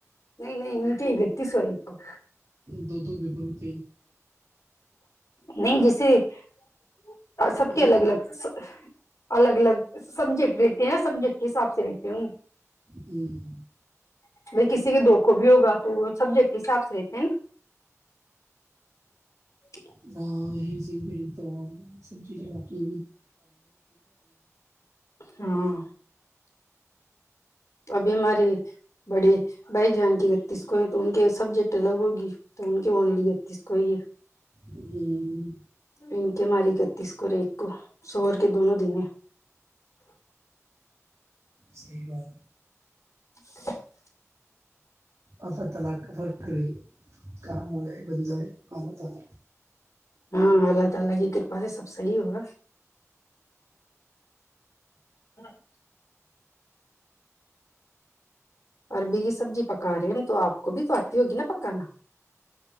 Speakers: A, on the left; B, on the right.
A: نہیں نہیں ان کی گتیسور ایک کو
B: دو دو پیبرتی
A: نہیں جس <unintelligible> جھ <inaudible> سب
B: ہوں؟
A: کے الگ الگ الگ الگ سبجیکٹ رہتے ہیں سبجیکٹ کے حساب سے رہتی ہ
B: ہوں۔
A: ب کسی کے دو کو بھی ہوگا تو سبجیکٹ کے حساب سے ہوتے ہیں نا تو <unintelligible>
B: ہاں یہ تو سب چیزیں باقی
A: ہاں ابھی ہمارے بڑے بھائی جان کے بتیس کو ہیں تو ان کے سبجیکٹ الگ ہوگی تو ان کے اونلی بتیس کو ہی ہے
B: ہوں
A: انک ماری اکتیس کو اور ایک کو سوہر کے دونوں دن
B: صحیح بات
A: <inaudible>
B: آلہ تلا کا فرک رہے کا م ہے بند ہے ملہ تال
A: ہاں اللہ تعالی کی کرپا سے سب صحیح ہوگا ہچ <unintelligible> اوررب یہ سبزی پکا رہے ہم تو آپ کو بھی تو آتی ہوگی نا پکانا